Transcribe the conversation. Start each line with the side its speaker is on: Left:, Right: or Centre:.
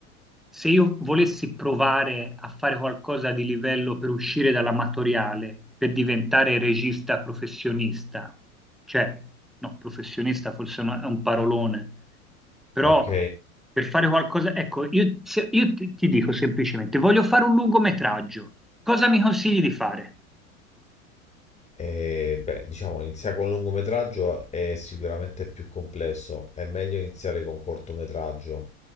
Centre: Se io volessi provare a fare qualcosa di livello per uscire dall'amatoriale, per diventare regista professionista, cioè, no, professionista forse no- è un parolone, però
Left: Ok.
Centre: per fare qualcosa, ecco, io, se- io ti ti dico semplicemente, voglio fare un lungometraggio. Cosa mi consigli di fare?
Left: E, beh, diciamo, iniziare con lungometraggio è sicuramente più complesso, è meglio iniziare con cortometraggio.